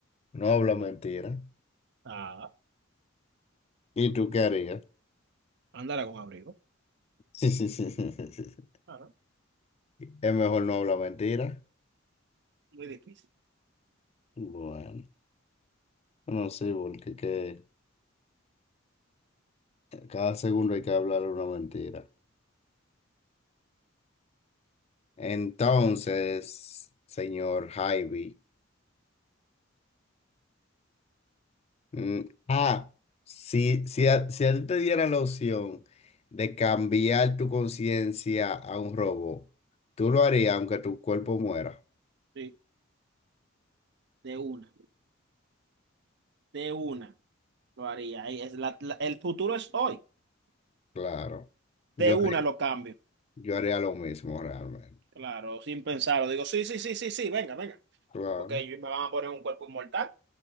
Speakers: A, on the left; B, on the right.
A: No hablo mentira.
B: ah,
A: ¿Y tú qué harías? <laughs>
B: Ándala con abrigo.
A: Sí, sí, sí, sí, sí, sí.
B: claro.
A: Es mejor no hablar mentira.
B: Muy difícil.
A: Bueno, no sé, porque que cada segundo hay que hablar una mentira. Entonces, señor Javi, mm, ah, si, si, a, si a ti te diera la opción de cambiar tu conciencia a un robot, tú lo harías aunque tu cuerpo muera.
B: Sí, de una, de una lo haría. Ahí es la- la- el futuro es hoy.
A: Claro. Yo
B: De una
A: haría,
B: lo cambio.
A: yo haría lo mismo realmente.
B: Claro, sin pensarlo. Digo, sí, sí, sí, sí, sí, venga, venga.
A: Claro.
B: Porque ellos me van a poner un cuerpo inmortal.